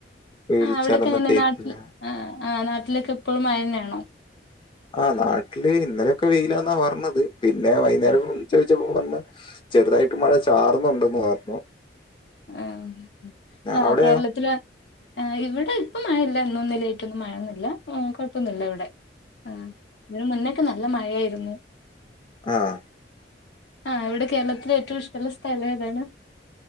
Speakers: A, on the left; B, on the left.
A: വിളിച്ചാലൊന്നും
B: അവിടെക്കെ എങ്ങനെ
A: കേക്കില്ല.
B: നാട്ടിൽ ആഹ് ആ നാട്ടിലൊക്കെ എപ്പോഴും മഴനാണോ
A: ആഹ് നാട്ടില് ഇന്നലെക്കെ വെയ്ലാന്നാ പറഞ്ഞത്. പിന്നെ വൈന്നേരം
B: ആഹ്
A: വിളിച്ച് ചോയ്ച്ചപ്പോ <unintelligible> ചെറ്തായിട്ട് മഴ ചാറ്ന്ന്ണ്ട് മാർണോ
B: ആഹ് ആഹ്
A: അവിടെയോ?
B: കേരളത്തില് ആഹ് ഇവിടെ ഇപ്പം മഴല്ല ഇന്നൂന്നലായിറ്റൊന്നും മഴൊന്നില്ല മ് കുഴപ്പൊന്നുമില്ല ഇവിടെ ആഹ് ഇതിന് മുന്നേ നല്ല മഴയായിര്ന്നു
A: ആഹ്
B: ആഹ് ഇവിടെ കേരളത്തിലെ ഏറ്റവും ഇഷ്ട്ടള്ള സ്ഥലേതാണ്